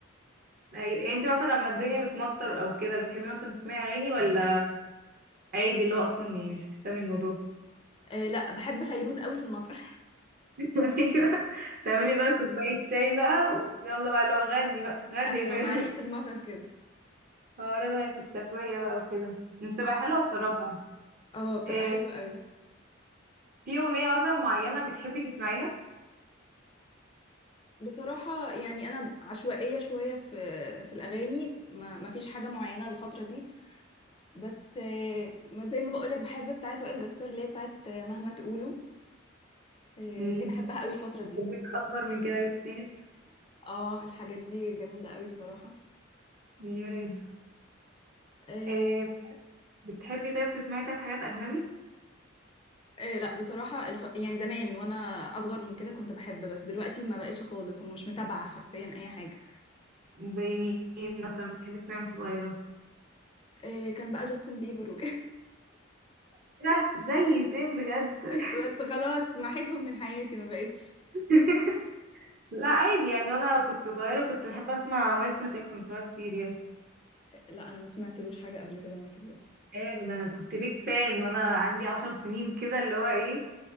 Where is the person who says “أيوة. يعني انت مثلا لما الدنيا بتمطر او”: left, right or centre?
Right